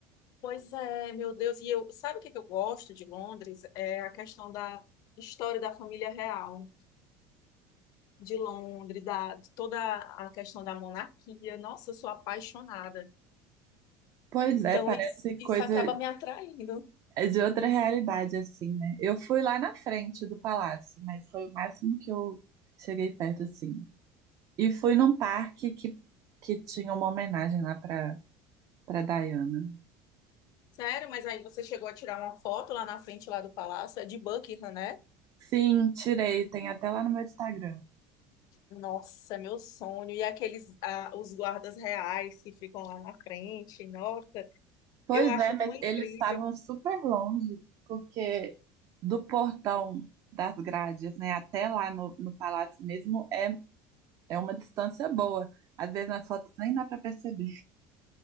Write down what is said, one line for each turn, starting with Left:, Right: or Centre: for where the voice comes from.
Left: Pois é, meu Deus, e eu, sabe o que que eu gosto de Londres? É a questão da história da família real de Londres, da de toda a questão da monarquia. Nossa, eu sou apaixonada.
Right: Pois
Left: Então
Right: é, parece
Left: isso, isso
Right: coisa
Left: acaba me atraindo.
Right: de outra realidade, assim, né? Eu fui lá na frente do palácio, mas foi o máximo que eu cheguei perto, assim. E fui num parque que, que tinha uma homenagem lá pra, pra Diana.
Left: Sério, mas aí você chegou a tirar uma foto lá na frente lá do palácio, é de Buckingham, né?
Right: Sim, tirei, tem até lá no meu Instagram.
Left: Nossa, é meu sonho. E aqueles, ah, os guardas reais que ficam lá na frente, nossa,
Right: Pois
Left: eu acho
Right: é, mas
Left: tão incrível.
Right: eles estavam super longe, porque do portão das grades, né, até lá no, no palácio mesmo, é, é uma distância boa. Às vezes nas fotos nem dá para perceber.